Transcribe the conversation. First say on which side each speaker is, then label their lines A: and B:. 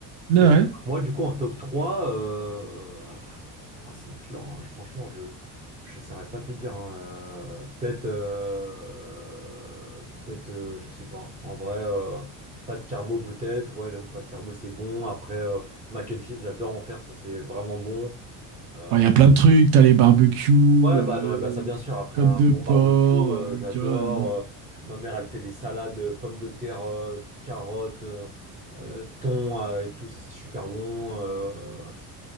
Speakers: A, on the right; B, on the right.
A: Ouais, ouais.
B: Et euh, moi, du coup, en top 3 euh, ah, pff, ah, c'est dur, hein. Je- Franchement, je ne saurais pas te dire. hein. Euh, peut-être, euh, peut-être, euh, je sais pas. En vrai, euh, pas de carbo peut-être. Ouais, j'avoue, pas de carbo, c'est bon. Après, euh, mac and cheese, j'adore en faire, ça c'est vraiment bon. Euh,
A: Alors, Il y a plein de trucs, t'as les barbecues, euh,
B: ouais, bah, non, mais, bah, ça bien sûr. Après
A: côte
B: un
A: de porc,
B: bon barbecue, euh,
A: euh,
B: j'adore.
A: tu vois. euh.
B: Euh, ma mère, elle fait des salades, euh, pommes de terre, euh, carottes. euh, euh, thon euh, et tout, ça c'est super bon. euh,